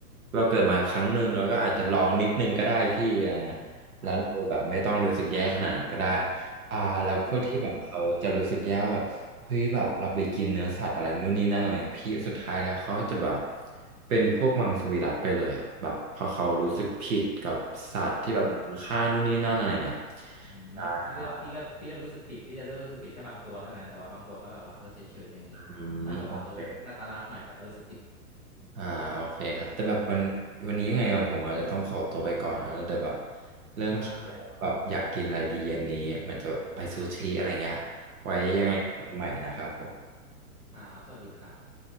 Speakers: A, on the right (about 65°); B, on the left (about 30°).
A: เราเกิดมาครั้งหนึ่งเราก็อาจจะลองนิดนึงก็ได้พี่อะไรเงี้ยแล้วเราแบบไม่ต้องรู้สึกแย่ขนาดนั้นก็ได้
B: ครับ
A: อ่าแล้วพวกที่แบบเขาจะรู้สึกแย่ว่าแบบเฮ้ยแบบเราไปกินเนื้อสัตว์อะไรนู่นนี่นั่นอะไรอะพี่สุดท้ายแล้วเขาจะแบบ
B: ใช่
A: เป็นพวกมังสวิรัติไปเลยอะแบบพอเขารู้สึกผิดกับสัตว์ที่แบบคุณค่านู่นนี่นั่นอะไรเงี้ย
B: ครับอืมพี่เลือกพี่เลือกพี่เลือกรู้สึกผิดพี่จะเลือกรู้สึกผิดแค่บางตัวเท่านั้นแต่ว่าบางตัวก็แบบว่าเออเฉยๆอะไรอย่างงี้ถ้าแบบว่าเออหน้าตาน่ารักหน่อยก็จะรู้สึกผิด
A: ใช่ครับอืมโอเค อ่าโอเคครับแต่แบบวันวันนี้ยังไงอะผมอาจจะต้องขอตัวไปก่อนนะแล้วเดี๋ยวแบบเริ่มคิดว่าแบบอยากกินอะไรดีเย็นนี้เหมือนจะไปซูชิอะไรเงี้ยไว้ยังไงกันใหม่นะครับผม
B: ได้ครับได้ครับครับสวัสดีครับ